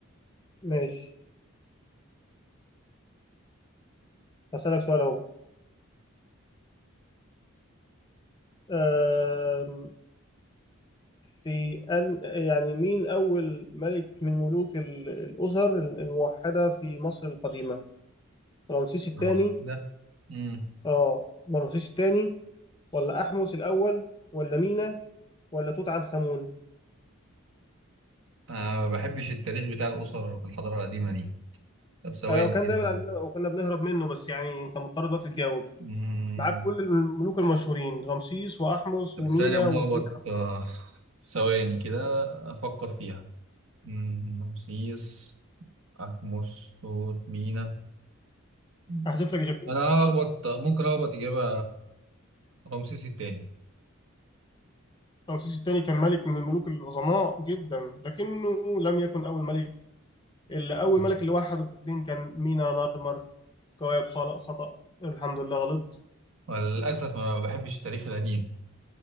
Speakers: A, on the left (about 20°); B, on the right (about 65°).
A: ماشي هسألك سؤال اهو آم، في أن يعني مين أول ملك من ملوك ال- الأسر الموحدة في مصر القديمة؟ رمسيس الثاني
B: واحدة امم
A: آه رمسيس الثاني ولا أحمس الأول ولا مينا ولا توت عنخ آمون؟
B: أنا ما بحبش التاريخ بتاع الأسر في الحضارة القديمة دي طب ثواني
A: آه وكان
B: كده
A: دايما عندنا وكنا بنهرب منه بس يعني أنت مضطر دلوقتي تجاوب
B: مم.
A: معاك كل الملوك المشهورين رمسيس وأحمس
B: طب
A: ومينا
B: ثانية ملخبط
A: وتوت عنخ
B: آه، ثواني كده أفكر فيها مم، رمسيس أحمس توت مينا مم.
A: أحذف لك إجابتين
B: أنا أخبط ممكن أخبط إجابة رمسيس التاني
A: رمسيس الثاني كان ملك من الملوك العظماء جدا لكنه لم يكن أول ملك اللي اول
B: مم.
A: ملك اللي وحد القطرين كان مينا نارمر كواكب خلق خطأ الحمد لله غلط
B: وللأسف ما بحبش التاريخ القديم